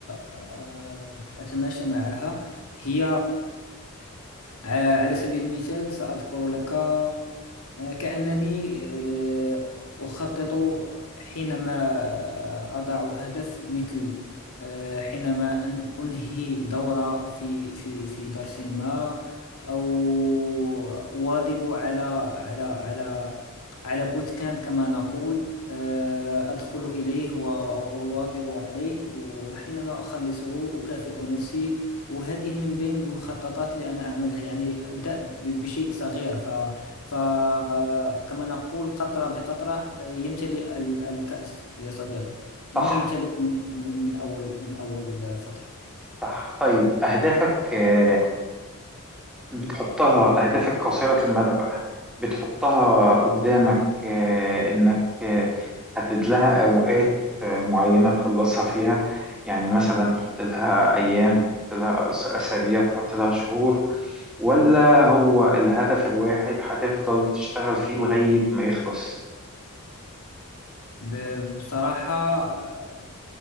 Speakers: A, on the left; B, in the centre.
A: آه، أتماشى معها هي ع- على سبيل المثال سأذكر لك آه، كأنني آه، أخطط حينما آه، أضع هدف مثل آه، حينما أن أنهي دورة في في في درس ما أو أواظب على على على على بوت كامب كما نقول آه، أدخل إليه وأواظب عليه وحينما أخلصه أكافئ نفسي وهذه من بين المخططات اللي أنا أعملها يعني أبدأ ب- بشيء صغير ف... فكما نقول قطرة بقطرة آه، يمتلئ ال- الكأس يا صديقي مو
B: صح
A: يمتلئ من من من أول من أول فترة
B: صح طيب أهدافك آه، بتحطها أهدافك قصيرة المدى بقى بتحطها قدامك آه، إنك آه، تحدد لها أوقات آه، معينة تخلصها فيها يعني مثلا تحط لها أيام تحط لها أس- أسابيع تحط لها شهور ولا هو الهدف الواحد هتفضل تشتغل فيه لغاية ما يخلص
A: ب- بصراحة آه،